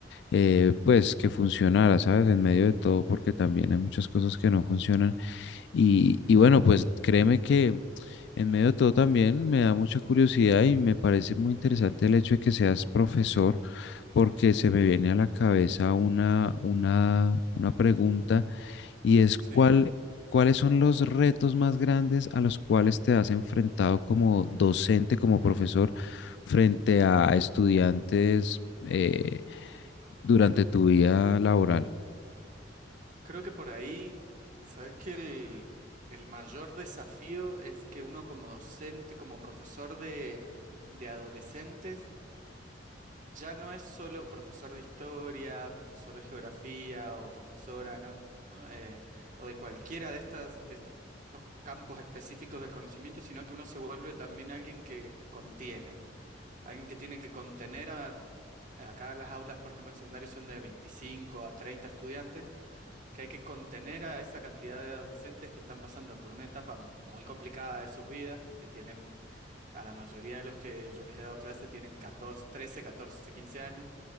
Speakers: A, on the left; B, on the right.
A: eh, pues que funcionara, ¿sabes? En medio de todo, porque también hay muchas cosas que no funcionan y, y bueno, pues créeme que en medio de todo también me da mucha curiosidad y me parece muy interesante el hecho de que seas profesor, porque se me viene a la cabeza una, una, una pregunta y es cuál,
B: sí.
A: cuáles son los retos más grandes a los cuales te has enfrentado como docente, como profesor, frente a estudiantes eh, durante tu vida laboral.
B: Creo que por ahí, sabes que el, el mayor desafío es que uno como docente, como profesor de, de adolescentes, ya no es solo profesor de historia, profesor de geografía o profesora, ¿no? ¿no? Eh, o de cualquiera de estas, de estos campos específicos del conocimiento, sino que uno se vuelve también alguien que contiene. Alguien que tiene que contener a, acá las aulas, por ejemplo, en secundario son de 25 a 30 estudiantes, que hay que contener a esa cantidad de adolescentes que están pasando por una etapa muy complicada de sus vidas, porque tienen, a la mayoría de los que yo les he dado clase tienen 14, 13, 14, 15 años,